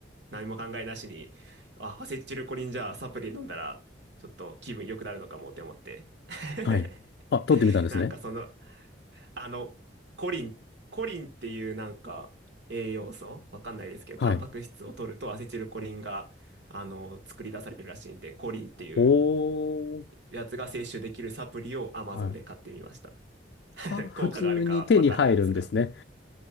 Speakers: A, on the right; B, on the left.
A: 何も考えなしに、あ、アセチルコリンじゃあサプリ飲んだら、ちょっと気分良くなるのかもって思って。<laughs>
B: はい。あ、取ってみたんですね。
A: なんかその、あの、コリン、コリンっていうなんか栄養素、わかんないですけど、
B: はい。
A: タンパク質を取るとアセチルコリンが、あの、作り出されるらしいんで、コリンっていう
B: おー。
A: やつが摂取できるサプリを Amazon
B: はい。
A: で買ってみました。<laughs>
B: あ、普通に手に入るんですね。
A: 効果があるかわかんないですが。